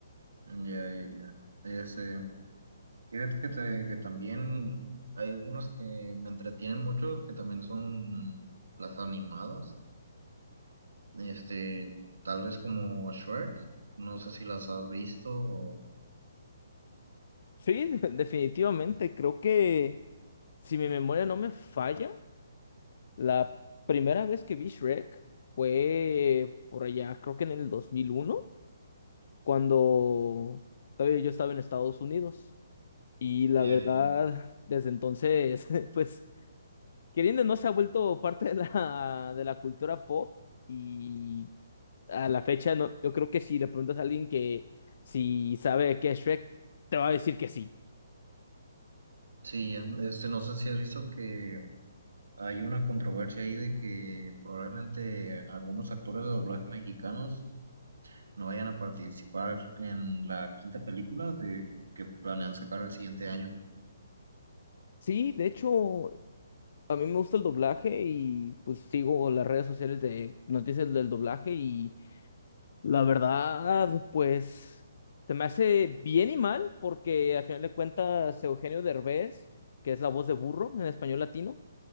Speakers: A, on the right; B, on the left.
A: Ya, ya, ya. Este, fíjate que, te- que también hay algunas que me entretienen mucho, que también son las animadas. Este, tal vez como Shrek, no sé si las has visto. o-
B: Sí, <laughs> definitivamente. Creo que, si mi memoria no me falla, la primera vez que vi Shrek fue por allá, creo que en el 2001 cuando todavía yo estaba en Estados Unidos. Y la
A: Ya,
B: verdad,
A: ya, ya.
B: desde entonces, <laughs> pues, queriendo o no se ha vuelto parte de la, de la cultura pop. Y a la fecha, no, yo creo que si le preguntas a alguien que si sabe qué es Shrek, te va a decir que sí.
A: Sí, ya. Este, no sé si has visto que Hay una controversia ahí de que probablemente algunos actores de doblaje mexicanos no vayan a participar en la quinta película de que planean sacar el siguiente año.
B: Sí, de hecho, a mí me gusta el doblaje y pues sigo las redes sociales de noticias del doblaje y la verdad, pues se me hace bien y mal porque al final de cuentas Eugenio Derbez, que es la voz de burro en español latino,